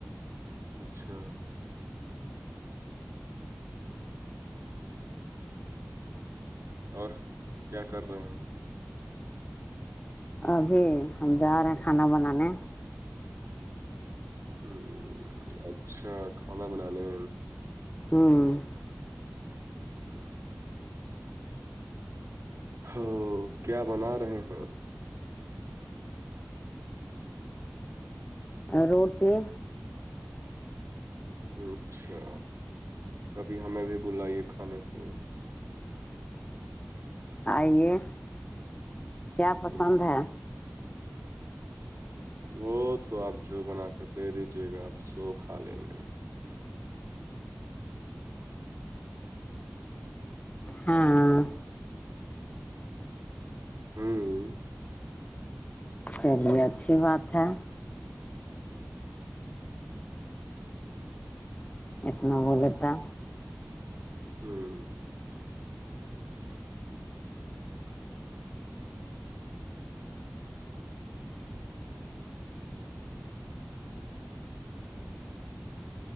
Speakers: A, on the right; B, on the left.
A: اچھا اور کیا کر رہے ہیں ہم
B: ابھی ہم جا رہے ہیں کھانا بنانے
A: ہ اچھا کھانا بنانے
B: ہوں
A: ہوں ہ کیا بنا رہے ہیں <unintelligible>
B: روٹی <unintelligible>
A: اچھا کبھی ہمیں بھی بلائیے کھانے پہ <unintelligible>
B: آئیے کیا پسند
A: ہ
B: ہے
A: وہ تو آپ جو بنا کے دے دیجے گا آپ سو کھا لیں گے
B: ہاں
A: ہوں <unintelligible>
B: چلیے اچھی بات ہے اتنا بولے تھا
A: ہوں <unintelligible>